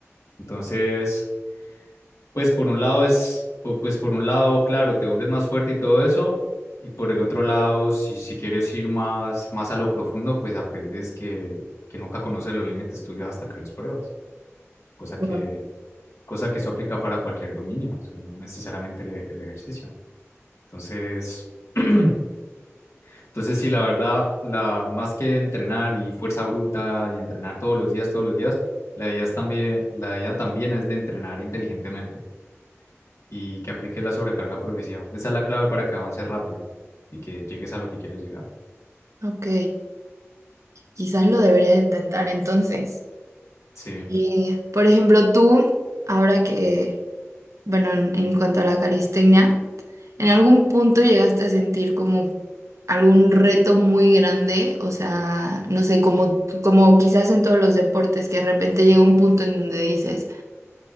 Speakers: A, on the left; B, on the right.
A: Entonces, pues por un lado es, o pues por un lado, claro, te vuelves más fuerte y todo eso, y por el otro lado, si, si quieres ir más, más a lo profundo, pues aprendes que, que nunca conoces los límites tuyos hasta que los pruebas cosa que
B: Wow.
A: cosa que eso aplica para cualquier dominio, o sea, no necesariamente el, e- el ejercicio. Entonces, <clears throat> entonces sí, la verdad, la, más que entrenar y fuerza bruta y entrenar todos los días, todos los días, la idea es también, la idea también es de entrenar inteligentemente y que apliques la sobrecarga progresiva. Esa es la clave para que avances rápido y que llegues a lo que quieres llegar.
B: Ok, quizás lo debería de intentar entonces.
A: Sí,
B: Y, por ejemplo, tú, ahora que bueno, en, en cuanto a la calistenia, ¿en algún punto llegaste a sentir como algún reto muy grande? O sea, no sé, como, como quizás en todos los deportes, que de repente llega un punto en donde dices,